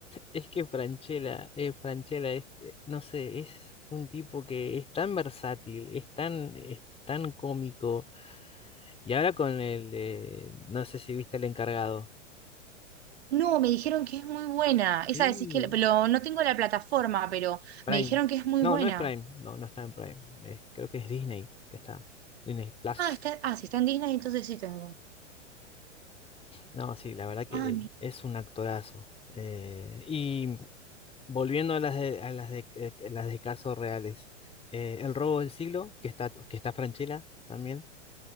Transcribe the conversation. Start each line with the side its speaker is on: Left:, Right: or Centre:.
Left: Es que Franchella, eh, Francella, este, no sé, es un tipo que es tan versátil, es tan, es tan cómico. Y ahora con el de, no sé si viste El Encargado.
Right: No, me dijeron que es muy buena. Esa
Left: Sí,
Right: decís que. la- Pero no tengo la plataforma, pero
Left: Prime.
Right: me dijeron que es muy
Left: No,
Right: buena.
Left: no es Prime. No, no está en Prime. Eh, creo que es Disney que está. Disney Plus.
Right: Ah, está, ah, si está en Disney, entonces sí tengo.
Left: No, sí, la verdad que
Right: Ah,
Left: es un actorazo. Eh, y volviendo a las de, a las de, eh, las de casos reales. eh, El robo del siglo, que está, que está Franchella también.